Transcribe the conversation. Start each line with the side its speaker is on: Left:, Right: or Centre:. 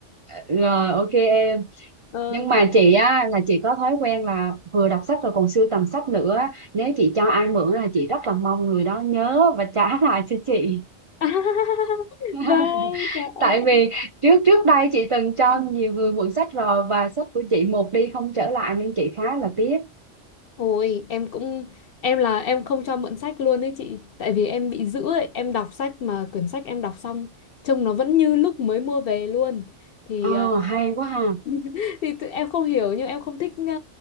Right: rồi ok em
Left: ờ
Right: nhưng mà chị á là chị có thói quen là vừa đọc sách rồi còn sưu tầm sách nữa á. nếu chị cho ai mượn á, là chị rất là mong người đó nhớ và trả <laughs> lại cho chị
Left: <laughs>
Right: <laughs>
Left: vâng trời ơi
Right: Tại vì trước trước đây chị từng cho
Left: em
Right: nhiều người mượn sách rồi và sách của chị một đi không trở lại nên chị khá là tiếc.
Left: Ôi, em cũng em là em không cho mượn sách luôn ấy chị, tại vì em bị giữ ấy, em đọc sách mà quyển sách em đọc xong trông nó vẫn như lúc mới mua về luôn. Thì
Right: Ờ
Left: ờ,
Right: hay quá ha.
Left: <laughs> thì tự- em không hiểu nhưng em không thích ờ,